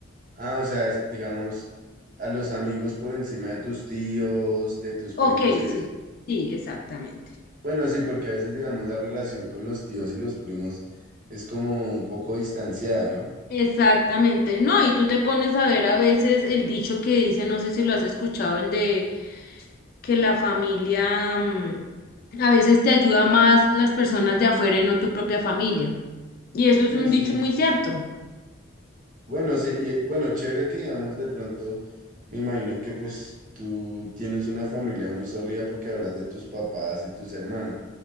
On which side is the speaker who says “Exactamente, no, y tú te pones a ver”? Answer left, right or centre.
Left